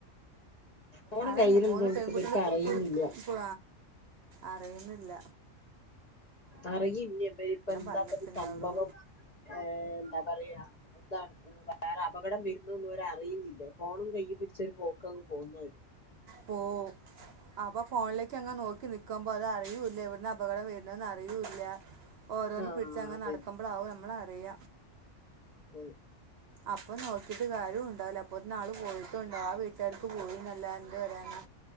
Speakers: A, on the left (about 45°); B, on the right (about 60°).
A: ഫോണ്
B: അതാണ്
A: കയ്യിലുള്ളതുകൊണ്ട്
B: മൂന്ന് പെൺകുട്ടികൾ
A: ഇവർക്ക്
B: കുളി
A: അറിയുന്നില്ല
B: അറിയുന്ന ഇല്ല.
A: അറിയന്നപ്പൊ എന്താ
B: പറഞ്ഞിട്ടുണ്ടാവുള്ളൂ
A: സംഭവം എന്ത പറയാ എന്താണ് വേറെ അപകടം വരുന്നന്ന്ര അറിയുന്നില്ലേ ഫോണും കയ് പിടിച്ചര് പോക്ക്ങ്ങ് പോകുന്നവര്
B: പോ അപ്പൊ ഫോണിലേക്ക് അങ്ങ് നോക്കി നിക്കുമ്പോ അത് അറിൂല്ല എവിടന്ന് അപകടം വരുന്നന്ന് അറിയൂല്ല. ഓരോന്ന്
A: ആഹ്
B: പിടിച്ച്ച് അങ്ങ്
A: അതന്നെ
B: നടക്കുമ്പോൾകും നമ്മള അെയ
A: അത
B: അപ്പൊ നോക്കിട്ട് കാര്യം ഉണ്ടാവില്ല അപ്പത്ത ആള് പോയിട്ടും ഉണ്ടാവും ആ വീട്ടുകാർക്ക് പോയി നല്ല എന്ത് പറയാന.